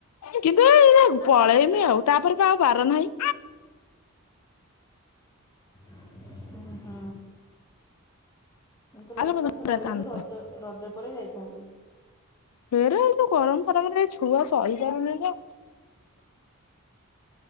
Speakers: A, on the left; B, on the left.
A: କିନ୍ତୁ ଏଇ ପଳେଇମି ଆଉ ତାପରେ ପା ଆଉ ବାର ନାହିଁ।
B: ଓ ହଁ। ଏ ତ ରହିଥାନ୍ତୁ
A: ଆଲୋ ମୋ ଧନ
B: ରହିଲୁଣି
A: କାନ୍ଦ
B: ରଜ ରଜ ପରେ ଯାଇଥାନ୍ତୁ।
A: ହେଲେ ଏତେ ଗରମ ଫରମରେ ଏ ଛୁଆ ସହିପାରୁନି ନା।